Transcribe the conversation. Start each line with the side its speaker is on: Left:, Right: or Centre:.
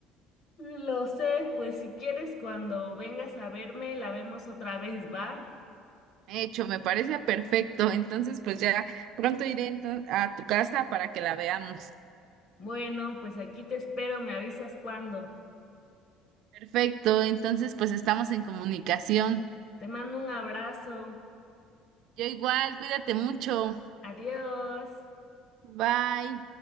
Left: Lo sé, pues si quieres cuando vengas a verme la vemos otra vez, ¿va?
Right: Hecho, me parece perfecto. Entonces, pues ya pronto iré ento- a tu casa para que la veamos.
Left: Bueno, pues aquí te espero, me avisas cuando.
Right: Perfecto, entonces pues estamos en comunicación.
Left: Te mando un abrazo.
Right: Yo igual, cuídate mucho.
Left: Adiós.
Right: Bye.